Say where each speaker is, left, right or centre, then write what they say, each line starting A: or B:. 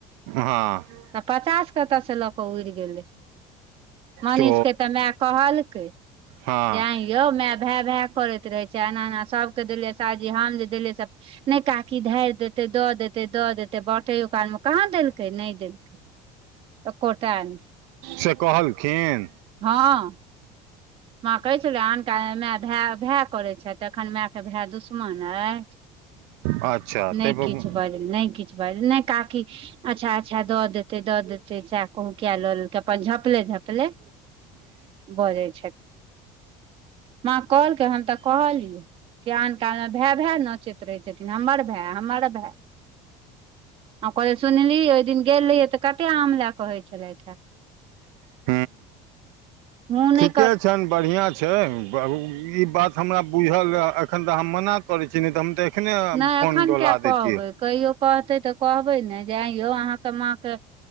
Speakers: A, on the right; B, on the right.
A: हँ
B: तऽ पचास कतऽ से लऽ कऽ उड़ि गेलै मनीष
A: तो
B: के तऽ माय कहलकै
A: हँ
B: जे ऐं यै यौ माय भाय भाय करैत रहे छै एना एना सभके देलियै शादी हम जे देलियै सब नहि काकी धारि देते दऽ देते दऽ देते बाटैयो काल मे कहाँ देलकै नहि देलकै एकोटा नहि
A: से कहलखिन
B: हँ माँ कहै छले अनकाल माय भाय भाय करैत छै एखन माय के भाय दुस मन यै
A: अच्छा
B: नहि
A: ताहि पर
B: किछ
A: हूँ
B: बाज नहि किछ बाज नहि काकी अच्छा अच्छा द देते दऽ देते चा उ किया ललेकै अपन झपले झपले बजै माँ कहलकै हम तऽ कहलियै किया आन कालमे भाय भाय नचैत रहै छथिन हमर भाय हमर भाय आ कहलै सुनली ओहि दिन गेल रहियै तऽ कतेक आम लऽ कहैत छलैथ हे
A: <inaudible>
B: हुँ नय
A: के छैन बढ़िया छै ई बात हमरा बुझल एखन तऽ हम मना करै छी नइ तऽ हम तऽ एखने
B: नहि
A: फोन
B: एखन
A: डोला
B: किया कहबै
A: दैतियै
B: कहियो कहतै तऽ कहबै न अइयो अहाँके माँ केऽ